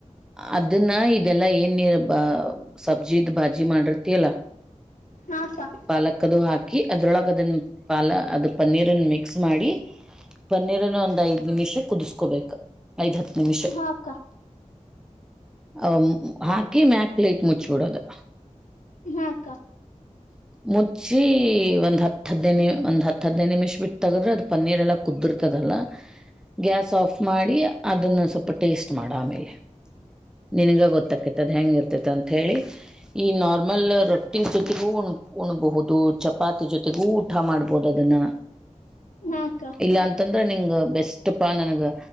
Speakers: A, in the centre; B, on the left.
A: ಅದನ್ನ ಇದೆಲ್ಲಾ ಏನ್ರ್ ಬ ಸಬ್ಜಿದ ಬಾಜಿ ಮಾಡಿರ್ತಿಯಲ್ಲಾ
B: ಹಾ ಅಕ್ಕಾ
A: ಪಾಲಕ್ದು ಹಾಕಿ ಅದ್ರೊಳಗ ಅದನ್ನ ಪಾಲ ಅದು ಪನ್ನೀರ್ ನ್ನ ಮಿಕ್ಸ್ ಮಾಡಿ ಪನ್ನೀರನ ಒಂದ್ ಐದ್ ನಿಮಿಷ ಕುದಿಸ್ಕೋಬೇಕ ಐದ್ ಹತ್ತು ನಿಮಿಷ
B: ಹಾ ಅಕ್ಕ
A: ಅ ಹಾಕಿ ಮ್ಯಾಕ್ ಪ್ಲೇಟ್ ಮುಚ್ಬಿಡೋದು
B: ಹಾ ಅಕ್ಕಾ.
A: ಮುಚ್ಚಿ ಒಂದ ಹತ್ತು ಹದಿನೈ ನಿಮ ಒಂದ ಹತ್ತು ಹದನೈದ ನಿಮಿಷ ಬಿಟ್ಟು ತಗದ್ರ ಅದು ಪನ್ನೀರ್ ಎಲ್ಲ ಕುದಿರ್ತದಲ್ಲ
B: <inaudible>
A: ಗ್ಯಾಸ್ ಆಫ್ ಮಾಡಿ ಅದನ್ನು ಸ್ವಲ್ಪ ಟೇಸ್ಟ್ ಮಾಡು ಆಮೇಲೆ ನಿನಗ ಗೊತ್ತಾಗ್ತೈತಿ ಅದ್ ಹೆಂಗ ಇರ್ತೀತೆ ಅಂತ ಹೇಳಿ ಈ ನಾರ್ಮಲ್ ರೊಟ್ಟಿ ಸುತ್ತಗೂ ಉಣ ಬಹುದು ಚಪಾತಿ ಜೊತೆಗೂ ಊಟ ಮಾಡ್ಬಹುದು ಅದನ್ನ
B: ಹಾ ಅಕ್ಕಾ
A: ಇಲ್ಲ ಅಂತಂದ್ರೆ ನಿಂಗ ಬೆಸ್ಟ್ ಪಾ ನನ್ಗ